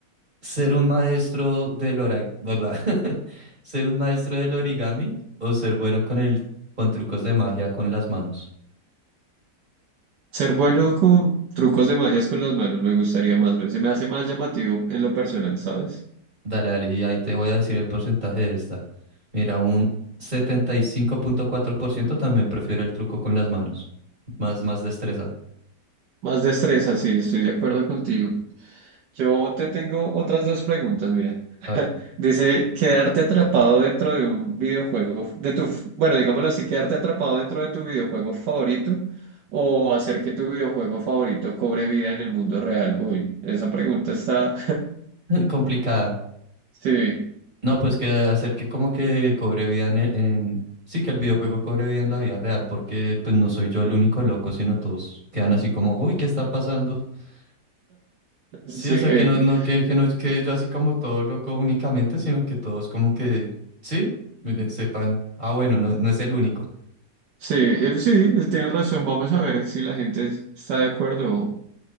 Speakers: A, on the right; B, on the right.
A: ¿Ser un maestro del origami? <laughs> ¿Ser un maestro del origami o ser bueno con el, con trucos de magia con las manos?
B: Ser bueno con trucos de magias con las manos me gustaría más. me- Se me hace más llamativo en lo personal, ¿sabes?
A: Dale, dale, y ahí te voy a decir el porcentaje de esta. Mira, un setenta y cinco punto cuatro por ciento también prefiero el truco con las manos. Más, más destreza.
B: Más destreza, sí, estoy de acuerdo contigo. Yo te tengo otras dos preguntas, mira.
A: A ver,
B: <laughs> Dice, quedarte atrapado dentro de un videojuego, f- de tu, f- bueno, digámoslo así, quedarte atrapado dentro de tu videojuego favorito o hacer que tu videojuego favorito cobre vida en el mundo real. Uy, esa pregunta está,
A: <laughs> complicada.
B: <laughs> sí,
A: No, pues que hacer que como que cobre vida en, el- en- Sí, que el videojuego cobre vida en la vida real, porque pues no soy yo el único loco, sino todos quedan así como, uy, ¿qué está pasando? <laughs>
B: sí,
A: Sí, o sea,
B: eh,
A: que no, no, que, que no quede yo así como todo loco únicamente, sino que todos como que, sí, eh, sepan, ah, bueno, no, no es el único.
B: sí, eh, sí, tienes razón. Vamos a ver si la gente es- está de acuerdo o